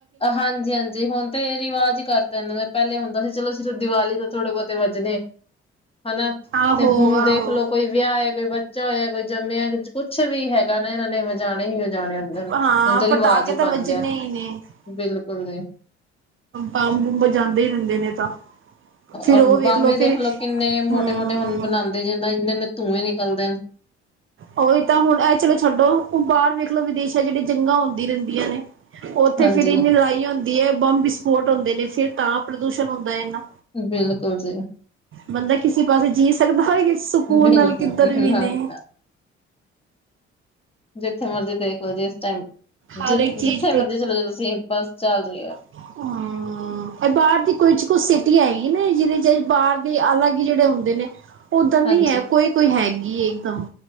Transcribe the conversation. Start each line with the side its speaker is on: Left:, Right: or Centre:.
Left: ਹਾਂਜੀ-ਹਾਂਜੀ, ਹੁਣ ਤੇ ਐ ਰਿਵਾਜ਼ ਹੀ ਕਰਤਾ। ਤੇ ਜਿਵੇਂ ਪਹਿਲੇ ਹੁੰਦਾ ਸੀ, ਚਲੋ ਸਿਰਫ਼ 'ਦੀਵਾਲੀ'ਤੋਂ ਥੋੜੇ- ਬਹੁਤੇ ਵੱਜਣੇ। ਹੈਨਾ,
Right: ਆਹੋ
Left: ਤੇ ਹੁਣ
Right: ਆਹੋ
Left: ਦੇਖਲਓ ਕੋਈ ਵਿਆਹ ਹੋਇਆ, ਕੋਈ ਬੱਚਾ ਹੋਇਆ, ਕੋਈ ਜੰਮਿਆ ਕੁੱਛ ਵੀ ਹੈਗਾ ਨਾ ਇਹਨਾਂ ਨੇ ਵਜਾਣੇ। ਵਜਾਣੇ ਹੀ ਵਜਾਣੇ ਹੁੰਦੇ ਨੇ
Right: ਹਾਂ
Left: ਹੁਣ ਤੇ ਰਿਵਾਜ਼
Right: ਪਟਾਕੇ
Left: ਹੀ
Right: ਤਾਂ
Left: ਬਣ ਗਿਆ।
Right: <unintelligible>
Left: ਬਿਲਕੁਲ ਜੀ।
Right: ਬੰਬ ਬੁੰਬ ਵਜਾਂਦੇ ਈ ਰੈਂਦੇ ਨੇ ਏ ਤਾਂ ਫਿਰ
Left: ਔਰ
Right: ਉਹ ਵੇਖਲੋ
Left: ਬੰਬ ਵੀ ਦੇਖਲੋ
Right: ਫਿਰ
Left: ਕਿੰਨੇ ਮੋਟੇ-ਮੋਟੇ
Right: ਹਮ
Left: ਹੁਨ ਬਨਾਂਦੇ ਜੇ ਇੰਨੇ-ਇੰਨੇ ਧੂੰਏ ਨਿਕਲਦੇ ਨੇ।
Right: ਓਈ ਤਾਂ ਹੁਨ ਐਹ ਚਲੋ ਛੱਡੋ ਓ ਬਾਹਰ ਦੇਖਲੋ ਵਿਦੇਸ਼ਾਂ ਚ ਜੇੜੀਆਂ ਜੰਗਾਂ ਹੁੰਦੀ ਰੈਂਦੀਆਂ ਨੇ। ਓਥੇ
Left: ਹਾਂਜੀ
Right: ਫੇਰ ਇੰਨੀ ਲੜਾਈ ਹੁੰਦੀ ਐ ਬੰਬ ਵਿਸਫੋਟ ਹੁੰਦੇ ਨੇ ਫਿਰ ਤਾਂ ਪ੍ਰਦੂਸ਼ਣ ਹੁੰਦਾ ਇੰਨਾਂ-
Left: ਬਿਲਕੁਲ ਜੀ।
Right: ਬੰਦਾ ਕਿਸੇ ਪਾਸੇ ਜੀਅ ਸਕਦਾ ਹੋਵੇ ਕਿ ਸਕੂਨ
Left: ਬਿਲਕੁਲ
Right: ਨਾਲ ਕਿੱਦਰ ਵੀ ਨੀ।
Left: ਹਾਂਜੀ ਜਿੱਥੇ ਮਰਜੀ ਦੇਖਲੋ ਜਿਸ ਟੈਮ
Right: ਹਰ
Left: ਜਿ
Right: ਇੱਕ ਚੀਜ਼
Left: ਜਿੱਥੇ ਮਰਜ਼ੀ ਚੱਲੇ ਜਾਓ ਤੁਸੀਂ ਬਸ ਚੱਲ ਰਈ ਐ।
Right: ਊਂ ਹੂੰ ਬਾਰ ਦੀ ਕੁਝ ਕੁਛ ਸਿਟੀ ਹੈਗੀ ਨੇ ਜਿਦੇ ਚ ਬਾਰ ਦੇ ਅਲੱਗ ਈ ਜੇੜੇ ਹੁੰਦੇ ਨੇ ਓਦਰ ਨਈ
Left: ਹਾਂਜੀ
Right: ਐ ਕੋਈ-ਕੋਈ ਹੈਗੀ ਏ ਇਕਦਮ